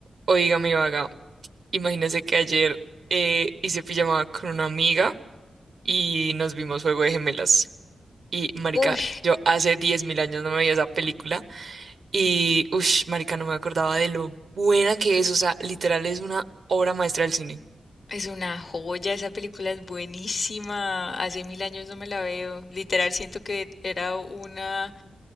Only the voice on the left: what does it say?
Uy,
es una joya, esa película es buenísima. Hace mil años no me la veo. Literal, siento que era una...